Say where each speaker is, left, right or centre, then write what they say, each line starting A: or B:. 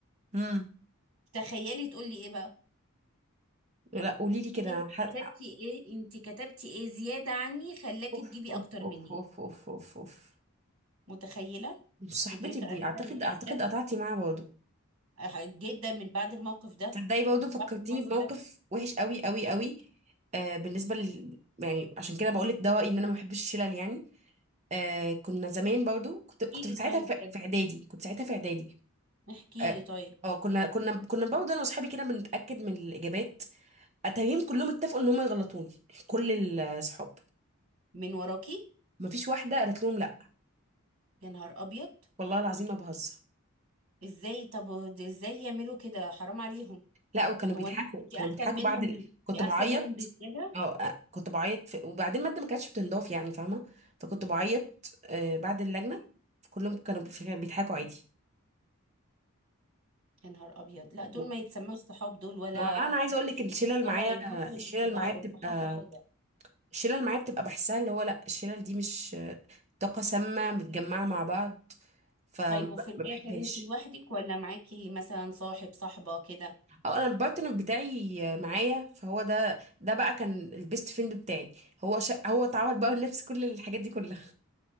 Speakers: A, on the right; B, on the right.
A: امم
B: تخيلي تقولي إيه بقى
A: لا قولي لي كده
B: انت
A: حد...
B: كتبتي ايه انت كتبتي ايه زيادة عني خلاكي
A: اوف
B: تجيبي
A: اوف
B: اكتر
A: اوف
B: مني
A: اوف اوف اوف اوف
B: متخيلة
A: مش صاحبتك
B: مدركة
A: دي
B: اساسا
A: اعتقد
B: الاحساس
A: اعتقد قطعتي معاها برضه
B: اه، جدا من بعد الموقف ده
A: تصدقي برضه
B: من
A: فكرتيني
B: بعد الموقف
A: بموقف
B: ده
A: وحش قوي قوي قوي آه بالنسبه ل... يعني عشان كده بقول لك ده رايي ان انا ما بحبش الشلل يعني آه كنا زمان برضه كنت كنت
B: احكي لي
A: ساعتها
B: طيب
A: في...
B: كده
A: في اعدادي كنت ساعتها في اعدادي
B: احكي
A: اه
B: لي طيب
A: آه، كنا كنا كنا برضه انا واصحابي كده بنتاكد من الاجابات اتاريهم كلهم اتفقوا ان هم يغلطوني كل الصحاب
B: من وراكي
A: مفيش واحده قالت لهم لا
B: يا نهار ابيض
A: والله العظيم ما بهزر
B: ازاي طب ده ازاي يعملوا كده حرام عليهم
A: لا وكانوا بيضحكوا
B: هو انت كنت
A: كانوا
B: احسن
A: بيضحكوا
B: منهم
A: بعد ال...
B: انت
A: كنت بعيط
B: احسن منهم بزيادة
A: اه آه، كنت بعيط في... وبعدين المادة ما كانتش بتنضاف يعني فاهمة فكنت بعيط آه بعد اللجنة كلهم كانوا بيف- بيضحكوا عادي
B: يا نهار ابيض لا دول
A: و-
B: ما يتسموش صحاب دول ولا
A: ما انا عايزه اقول لك الشله اللي
B: ولا
A: معايا
B: يمثلوا
A: الشله اللي معايا بتبقى
B: الصحاب بحاجة
A: الشله اللي معايا بتبقى بحسها اللي هو لا الشله دي مش طاقه سامه متجمعه مع بعض فما
B: طيب وفي الآخر
A: بحبهاش
B: انت لوحدك ولا معاكي مثلا صاحب صاحبة كده
A: اه انا البارتنر بتاعي معايا فهو ده ده بقى كان البيست فريند بتاعي هو شا... هو اتعود بقى لنفس كل الحاجات دي كلها